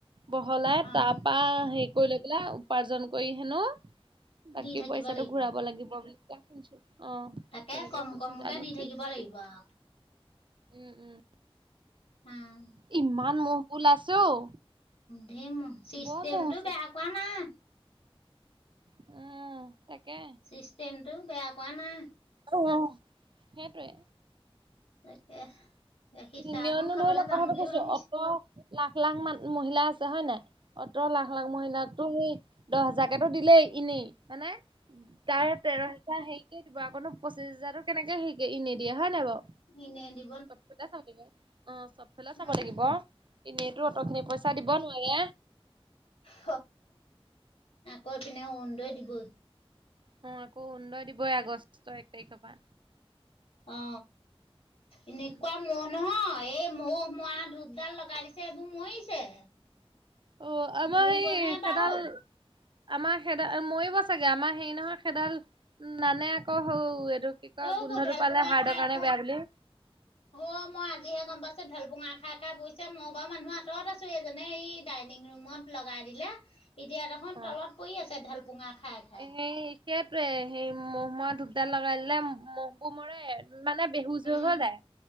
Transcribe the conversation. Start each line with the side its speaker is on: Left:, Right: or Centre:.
Right: বহলাই
Left: আহ
Right: তাৰ পৰা হেৰি কৰি লৈ পাই উপাৰ্জন কৰি হেনো বাকী
Left: দি থাকিব
Right: পইচাটো
Left: লাগিব
Right: ঘূৰাব লাগিব বুলি কোয় শুনিছো অ
Left: তাকে
Right: তেনেকে
Left: কম
Right: শুনিছো
Left: কমকে
Right: জানো
Left: দি
Right: কি
Left: থাকিব লাগিব
Right: কি
Left: আৰু
Right: উম উম
Left: উম
Right: ইমান মহবো উলাইছো অ
Left: ধে ম চিষ্টেমটো
Right: বৰ মহ আছে।
Left: বেয়া কোৱা নাই।
Right: উম। তাকে।
Left: চিষ্টেমটো বেয়া কোৱা না।
Right: অ সেটোৱে।
Left: তাকে। গাখী চাহকণ
Right: এনেওনো
Left: খাবলে
Right: ধৰি লওক
Left: যাম
Right: কথাটো
Left: বুলি
Right: কৈছো
Left: ভাবিছো।
Right: অত লাখ লাখ মান মহিলা আছে। হয় নাই? অত‌ লাখ লাখ মহিলাকটো সেই দহ হেজাৰকেতো দিলেই এনেই। মানে তাৰ তেৰ হেজাৰ হেৰি দিব আকৌ পচিছ হাজাৰতো কেনেকে সেই এনেই দিয়ে, হয় নাই বাৱ?
Left: ইনে দি
Right: <unintelligible> অ চবফালে
Left: নহয়
Right: চাব লাগিব। এনেইতো অট খিনি পইচা দিব নোৱাৰে।
Left: <unintelligible> আকৌ এপিনেও অৰুণোদয় দিবই।
Right: অ আকৌ অৰুণোদয় দিবই আগষ্ট এক তাৰিখ পা।
Left: অ, এনেকুৱা
Right: উম।
Left: মহ নহয়। এই ম মৰা ধূপডাল লগাই দিছে, এইবোৰ মৰিছে।
Right: অ, আমাৰ
Left: মৰিবনে
Right: সেই
Left: বাৰু
Right: সেডাল আমাৰ সেদা মৰিব চাগে। আমাৰ হেৰি নহয়, সেডাল নানে আকৌ হৌ এইটো কি কয়,
Left: সেইবোৰ
Right: গোন্ধটো
Left: ঢেলপুঙা
Right: পালে হাৰ্ড
Left: খাই
Right: কাৰণে
Left: খাই
Right: বেয়া বুলি।
Left: অ মই আজিহে গম পাইছো। ঢেলপুঙা খাই খাই পইচে। মই বাও মানুহ আঁতৰত আছো। যেনে ই ডাইনিং ৰুমত লগাই দিলে। এতিয়া দেখোন
Right: অ'।
Left: তলত পৰি আছে, ঢেলপোঙা খাই খাই
Right: সেই সেতিয়াতে, সেই মহ ময়া ধূপডাল লগাই দিলে মহ মৰে। মানে, বেহুজ
Left: উম
Right: হৈ হৈ যায়।